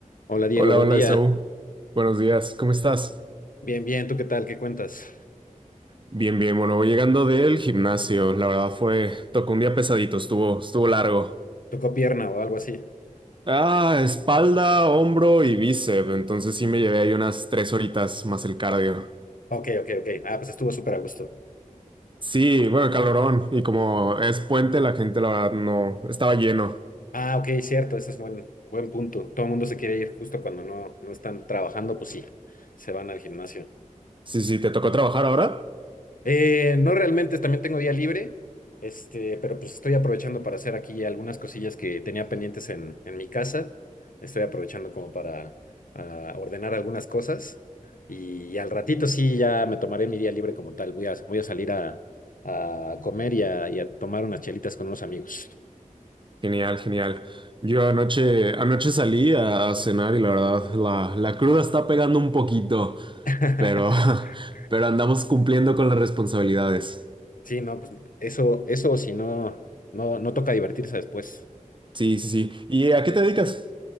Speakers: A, on the left; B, on the right.
A: Hola Diego,
B: Hola,
A: buen
B: hola,
A: día.
B: Esaú. Buenos días, ¿cómo estás?
A: Bien, bien, ¿tú qué tal? ¿Qué cuentas?
B: Bien, bien, bueno, voy llegando del gimnasio. La verdad fue, tocó un día pesadito, estuvo, estuvo largo.
A: ¿Tocó pierna o algo así?
B: Ah, espalda, hombro y bíceps. Entonces sí me llevé ahí unas tres horitas más el cardio.
A: Ok, ok, ok. Ah, pues estuvo súper a gusto.
B: Sí, bueno, calorón. Y como es puente, la gente, la verdad, no, estaba lleno.
A: Ah, ok, cierto, ese es buen, buen punto. Todo el mundo se quiere ir justo cuando no, no están trabajando, pues sí, se van al gimnasio.
B: Sí, sí, ¿te tocó trabajar ahora?
A: Eh, no realmente, también tengo día libre, este, pero pues estoy aprovechando para hacer aquí algunas cosillas que tenía pendientes en, en mi casa. Estoy aprovechando como para ah, ordenar algunas cosas y, al ratito sí ya me tomaré mi día libre como tal. Voy a, voy a salir a, a comer y a, y a tomar unas chelitas con unos amigos.
B: Genial, genial. Yo anoche, anoche salí a, a cenar y la verdad, la, la cruda está pegando un poquito,
A: <laughs>
B: pero, <laughs> pero andamos cumpliendo con las responsabilidades.
A: Sí, no, pues eso, eso si no, no, no toca divertirse después.
B: Sí, sí, sí. ¿Y a qué te dedicas?